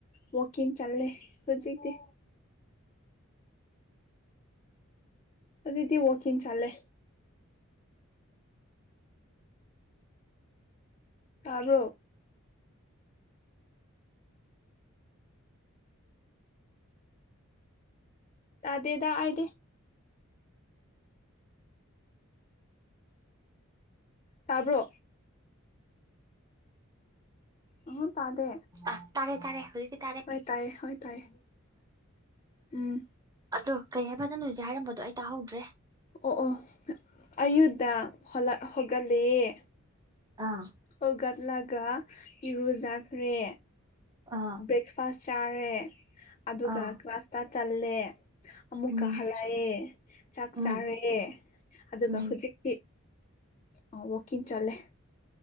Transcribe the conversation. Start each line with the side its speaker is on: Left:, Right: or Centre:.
Left: ꯋꯥꯡꯀꯤꯡ ꯆꯠꯂꯦ ꯍꯧꯖꯤꯛꯇꯤ ꯍꯧꯖꯤꯛꯇꯤ ꯋꯥꯡꯀꯤꯡ ꯆꯠꯂꯦ ꯇꯥꯕꯔ‌ꯣ ꯇꯥꯗꯦꯗ ꯑꯩꯗꯤ ꯇꯥꯕ꯭ꯔꯣ <inaudible> ꯑꯉꯝ ꯇꯥꯗꯦ
Right: ꯑ ꯇꯥꯔꯦ ꯇꯥꯔꯦ ꯍꯧꯖꯤꯛꯇꯤ ꯇꯥꯔꯦ
Left: ꯍꯣꯏ ꯇꯥꯏꯌꯦ ꯍꯣꯏ ꯇꯥꯏꯌꯦ ꯎꯝ
Right: ꯑꯗꯣ ꯀꯩ ꯍꯥꯏꯕ ꯅꯪꯅ‌ ꯍꯧꯖꯤꯛ ꯍꯥꯏꯔꯝꯕꯗꯣ ꯑꯩ ꯇꯥꯍꯧꯗ꯭ꯔꯦ
Left: ꯑꯣ ꯑꯣ ꯑꯌꯨꯛꯗ ꯍꯧꯒꯠꯂ‌ꯦ
Right: ꯑꯥ
Left: ꯍꯧꯒꯠꯂꯒ ꯏꯔꯨꯖꯈ꯭ꯔꯦ
Right: ꯑꯥ
Left: ꯕ꯭ꯔꯦꯛꯐꯥꯁ ꯆꯥꯔꯦ ꯑꯗꯨꯒ
Right: ꯑꯥ
Left: ꯀ꯭ꯂꯥꯁꯇ ꯆꯠꯂꯦ ꯑꯃꯨꯛꯀ
Right: ꯎꯝ
Left: ꯍꯜꯂꯛꯑꯦ ꯆꯥꯛ
Right: ꯎꯝ
Left: ꯆꯥꯔꯦ ꯑꯗꯨꯒ
Right: ꯎꯝ
Left: ꯍꯧꯖꯤꯛ ꯑ ꯋꯥꯡꯀꯤꯡ ꯆꯠꯂꯦ